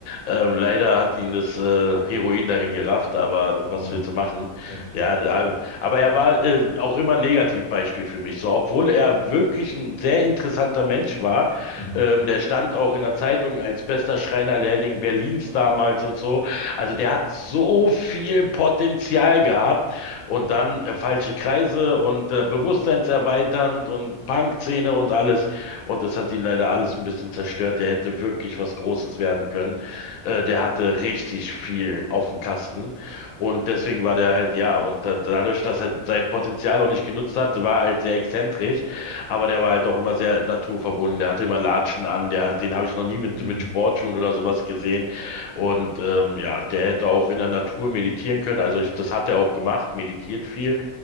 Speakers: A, on the left (about 85°); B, on the left (about 35°).
A: Ähm, leider hat ihn das äh, Heroin dahin gerafft, aber was
B: Oh,
A: willst du machen?
B: heftig.
A: Ja, aber aber er war äh, auch immer ein Negativbeispiel für mich. So, obwohl er wirklich ein sehr interessanter Mensch war,
B: Mhm.
A: ähm, der stand auch in der Zeitung als bester Schreinerlehrling Berlins damals und so. Also der hat so viel Potenzial gehabt und dann äh, falsche Kreise und äh, bewusstseinserweiternd und Punkszene und alles. Und das hat ihn leider alles ein bisschen zerstört. Der hätte wirklich was Großes werden können. Äh, der hatte richtig viel auf dem Kasten. Und deswegen war der halt, ja, und da, dadurch, dass er sein Potenzial auch nicht genutzt hat, war er halt sehr exzentrisch. Aber der war halt auch immer sehr naturverbunden. Der hatte immer Latschen an. Der, den habe ich noch nie mit,
B: Mhm.
A: mit Sportschuhen oder sowas gesehen. Und ähm, ja, der hätte auch in der Natur meditieren können. Also ich, das hat er auch gemacht, meditiert viel.